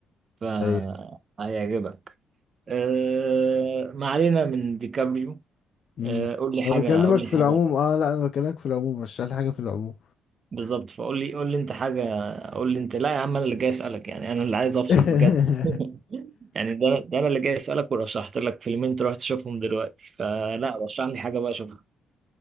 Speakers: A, on the right; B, on the left.
A: فهيعجبك
B: ايوه
A: آه ما علينا من ديكابريو
B: امم
A: آه قول لي
B: انا
A: حاجة
B: بكلمك
A: قول لي
B: في العموم
A: حاجة
B: اه لا انا بكلمك في العموم رشح لي حاجة في العموم
A: بالظبط فقول لي قول لي انت حاجه قول لي انت لا يا عم انا اللي جاي اسالك يعني انا اللي عايز افصل
B: <laughs>
A: بجد <laughs> يعني ده ده انا اللي جاي اسالك ورشحت لك فيلمين تروح تشوفهم دلوقتي فلا رشح لي حاجه بقى اشوفها